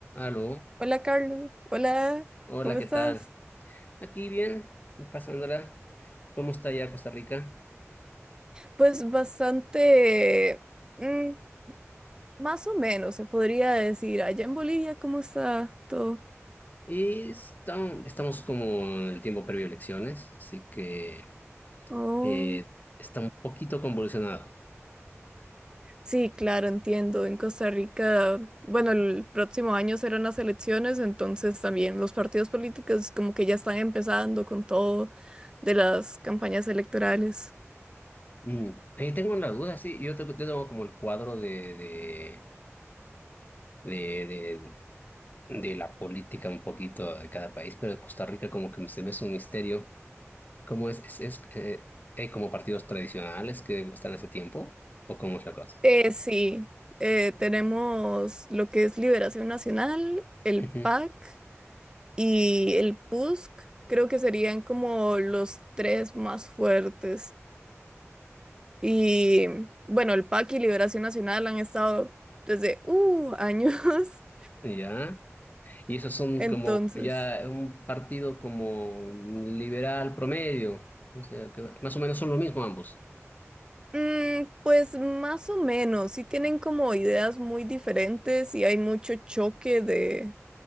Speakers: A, on the left; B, on the right.
A: Aló,
B: Hola Carlos, hola,
A: hola,
B: ¿cómo
A: ¿qué
B: estás?
A: tal? Aquí bien, pasándola. ¿Cómo está ya Costa Rica?
B: Pues bastante, mm, más o menos se podría decir. Allá en Bolivia, ¿cómo está todo?
A: Y estamos, estamos como en el tiempo previo a elecciones, así que
B: Oh.
A: eh, está un poquito convulsionado.
B: Sí, claro, entiendo. En Costa Rica, bueno, el próximo año serán las elecciones, entonces también los partidos políticos como que ya están empezando con todo de las campañas electorales.
A: Mm. Eh, tengo la duda, sí, yo tengo, yo tengo como el cuadro de, de, de, de, de la política un poquito de cada país, pero de Costa Rica como que se me es un misterio. ¿Cómo es? ¿Es, es, eh, hay como partidos tradicionales que están hace tiempo? ¿O cómo es la cosa?
B: Eh, sí, eh, tenemos lo que es Liberación Nacional, el
A: Ujú.
B: PAC. y el Pusk, creo que serían como los tres más fuertes. Y bueno, el PAC y Liberación Nacional han estado desde uh, años. <laughs>
A: Ya. Y esos son
B: Entonces,
A: como ya un partido como liberal promedio. O sea, que más o menos son lo mismo ambos.
B: mm, pues más o menos, sí tienen como ideas muy diferentes y hay mucho choque de,